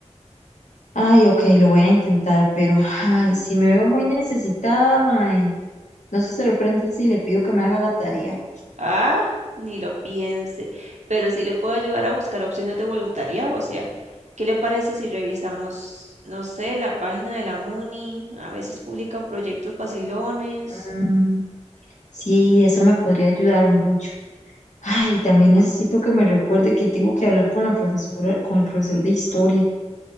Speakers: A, on the left; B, on the right.
A: Ay, ok, lo voy a intentar, pero ay, si me veo muy necesitada, mae, no se sorprenden si le pido que me haga la tarea.
B: Ah, ni lo piense, pero sí le puedo ayudar a buscar opciones de voluntariado, o sea, ¿qué le parece si revisamos, no sé, la página de la MUNI? A veces publican proyectos vacilones.
A: Mm, sí, eso me podría ayudar mucho. Ay, también necesito que me recuerde que tengo que hablar con la profesora, con el profesor de historia.